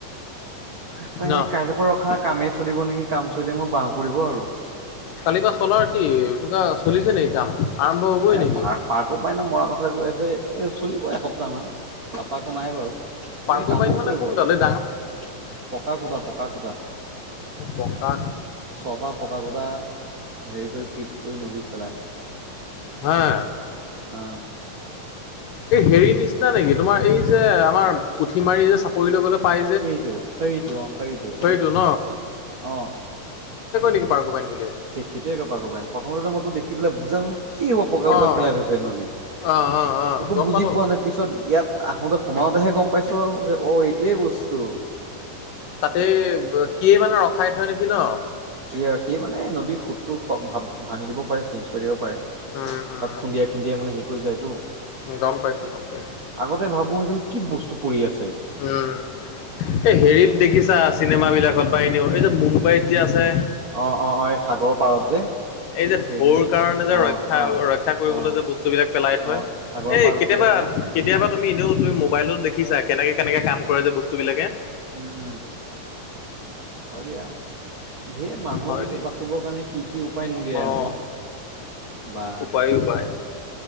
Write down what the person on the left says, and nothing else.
ন
কালি বা চলাৰ কি তুবা চলিছে নে কাম? আৰম্ভ হ'বই
নেকি
পাৰ্কোপাইন
মানে
কোনডাল
এই
পকা।
হা
এই হেৰি নিচিনা নেকি? তোমাৰ এই যে আমাৰ পুঠিমাৰি যে চাপৰি লৈ গ'লে পাই
অ সেইটোকে কৈ
নেকি পৰ্কুপাইন বুলি?
অ',
অ', অ', অ',
গম
পালো
তাতেই সিয়েমানে ৰখাই থয় নেকি ন?
উম উম
গম পাইছো গম পাইছো
উম। এই হেৰিত দেখিছা চিনেমা বিলাকত বা এনেও, এই যে মুম্বাইত যে আছে।
এই যে
ঢৌৰ কাৰণে যে
ৰক্ষা
ৰক্ষা কৰিবলৈ
যে বস্তু বিলাক পেলাই থয়,
এই
কেতিয়াবা
কেতিয়াবা তুমি এনেও তুমি মোবাইলত দেখিছা, কেনেকে কেনেকে কাম কৰে যে বস্তু বিলাকে।
হয়
দিয়া।
অঁ।
উপায় উপায়।